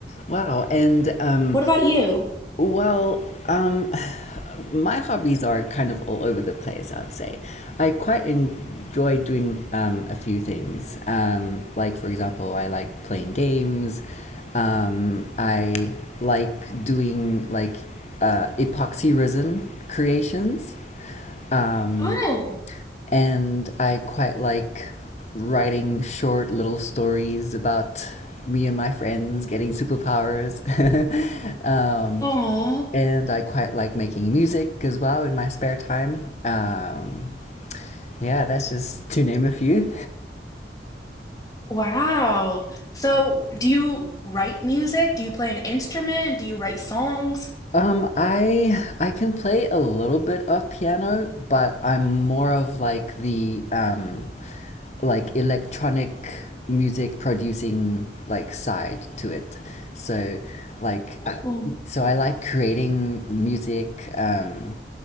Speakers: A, on the left; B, on the left.
A: Wow. And um
B: What about you?
A: Well, um, <sighs> my hobbies are kind of all over the place, I'd say. I quite enjoy doing um, a few things. Um, like, for example, I like playing games. Um, I like doing like uh, epoxy resin creations. Um,
B: Oh,
A: and I quite like writing short little stories about me and my friends getting superpowers. <laughs> um,
B: oh,
A: and I quite like making music as well in my spare time. Um, yeah, that's just to name a few.
B: wow. So, do you write music? Do you play an instrument? Do you write songs?
A: Um, I I can play a little bit of piano, but I'm more of like the um like electronic music producing like side to it. So like I,
B: Oh.
A: so I like creating music um